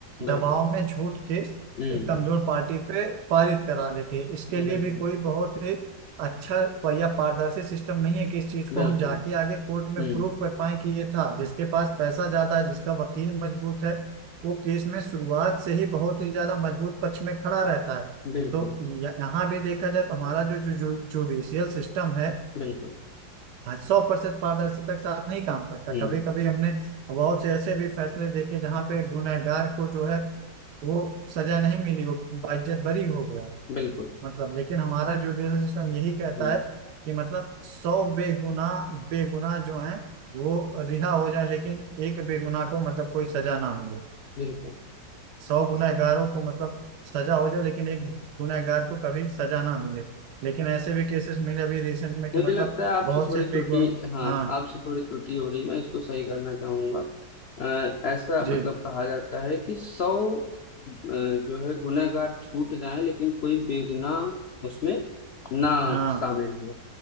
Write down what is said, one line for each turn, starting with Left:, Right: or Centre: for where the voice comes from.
Left: बिल्कुल
Right: दबाव में झूठ के
Left: हम्म
Right: कमजोर पार्टी पे पारित करा देती है इसके
Left: बिल्कुल
Right: लिए भी कोई बहुत ही अच्छा या पारदर्शी सिस्टम नहीं है कि इस चीज को
Left: बिल्कुल
Right: हम जाके आगे कोर्ट में
Left: हम्म
Right: प्रूव कर पाए कि ये था जिसके पास पैसा ज्यादा है जिसका वकील मजबूत है वो केस में शुरुआत से ही बहुत ही ज्यादा मजबूत पक्ष में खड़ा रहता है
Left: बिल्कुल
Right: तो यहाँ भी देखा जाए तो हमारा जो जुडिशियल सिस्टम है
Left: बिल्कुल
Right: सौ परसेंट पारदर्शिता के साथ नहीं काम करता
Left: हम्म
Right: कभी कभी हमने बहुत से ऐसे भी फैसले देखे जहाँ पे गुनहगार को जो है वो सजा नहीं मिली हो बाइज्जत बरी हो गया
Left: बिल्कुल
Right: मतलब लेकिन हमारा जुडिशल सिस्टम यही कहता
Left: हम्म
Right: है कि मतलब सौ बेगुनाह बेगुनाह जो हैं वो रिहा हो जाए लेकिन एक बेगुनाह को मतलब कोई सजा ना मिले
Left: बिल्कुल
Right: सौ गुनहगारों को मतलब सजा हो जाए लेकिन एक गुनहगार को कभी सजा ना मिले लेकिन ऐसे भी केसेस मिले अभी रिसेंट में कि
Left: मुझे
Right: मतलब
Left: लगता है आपसे
Right: बहुत
Left: थोड़ी
Right: से
Left: त्रुटि
Right: बिग
Left: हाँ
Right: हाँ
Left: आपसे थोड़ी त्रुटि हो रही है, मैं इसको सही करना चाहूंगा अ, ऐसा
Right: जी
Left: मतलब कहा जाता है कि सौ जो है गुनहगार छूट जाए लेकिन कोई बेगुनाह उसमें ना
Right: हाँ
Left: शामिल हो